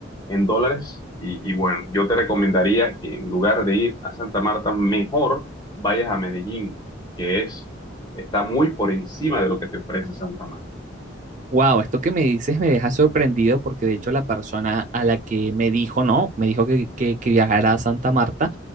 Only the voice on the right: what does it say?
Wow, esto que me dices me deja sorprendido porque de hecho la persona a la que me dijo, no, me dijo que, que, que viajara a Santa Marta,